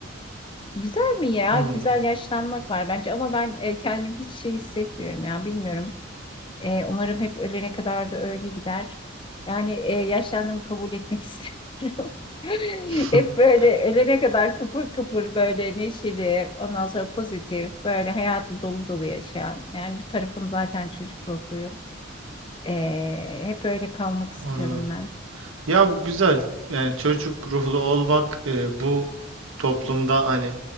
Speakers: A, on the left (about 25°); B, on the right (about 80°).
A: güzel mi ya?
B: Anladım.
A: Güzel yaşlanmak var bence ama ben e, kendimi hiç şey hissetmiyorum ya. Bilmiyorum. E, umarım hep ölene kadar da öyle gider. Yani e, yaşlandığımı kabul etmek <laughs> istiyorum.
B: <laughs>
A: Hep böyle ölene kadar kıpır kıpır böyle neşeli, ondan sonra pozitif, böyle hayatı dolu dolu yaşayan. Yani bir tarafım zaten çocuk ruhluyum. E, hep öyle kalmak istiyorum
B: Anladım.
A: ben.
B: Ya bu güzel. Yani çocuk ruhlu olmak e, bu toplumda hani